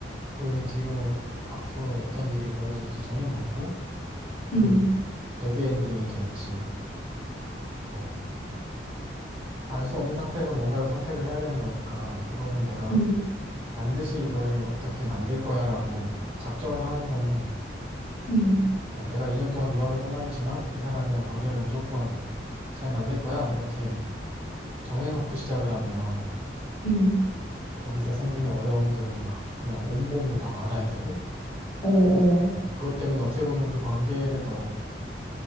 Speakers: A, on the right; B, on the left.
A: 그 뒤로 앞으로 어떤 일이 벌어질지 전혀 모르고
B: 음,
A: 그게 배드 엔딩이 될지 뭐 알 수 없는 상태에서 뭔가를 선택을 해야 되는 거니까 그거를 내가
B: 음,
A: 반드시 이거를 어떻게 만들 거야라고 작정을 하는 거는
B: 음,
A: 뭐 내가 2년 동안 유학을 떠나겠지만 이 사람이랑 관계를 무조건 잘 만들 거야. 이렇게 정해놓고 시작을 하면
B: 음,
A: 거기서 생기는 어려움들을 막 그냥 온몸으로 다 받아야 되고,
B: 어, 어,
A: 어, 그것 때문에 어떻게 보면 그 관계를 더